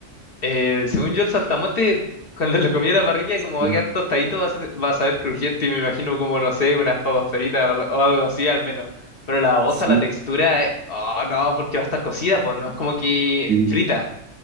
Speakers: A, on the left (about 55°); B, on the right (about 60°).
A: Eh, según yo, el saltamonte, cuando lo comí en la parrilla,
B: Sí,
A: como va a quedar tostadito, va a ser, va a saber crujiente y me imagino como, no sé, unas papas fritas o, al- o algo así al menos. Pero la babosa,
B: sí,
A: la textura, eh, oh no, porque va a estar cocida, pues no es como que
B: sí.
A: frita.